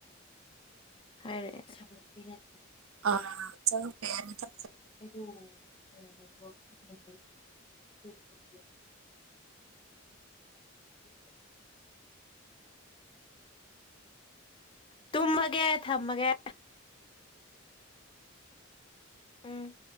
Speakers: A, on the left; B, on the right.
A: ꯍꯥꯏꯔꯛꯑꯦ꯫
B: ꯑ ꯆꯪꯉꯛꯄ ꯌꯥꯅꯤꯗ
A: <unintelligible> <inaudible> <unintelligible> ꯇꯨꯝꯃꯒꯦ ꯊꯝꯃꯒꯦ꯫ ꯎꯝ꯫